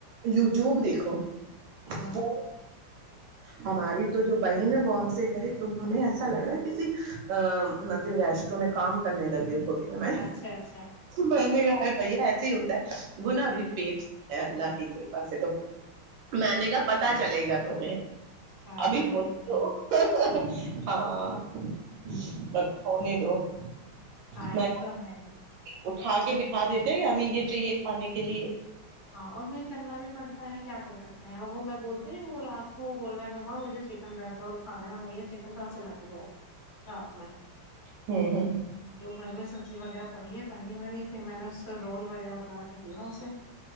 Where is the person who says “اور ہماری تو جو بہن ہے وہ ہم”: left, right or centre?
Right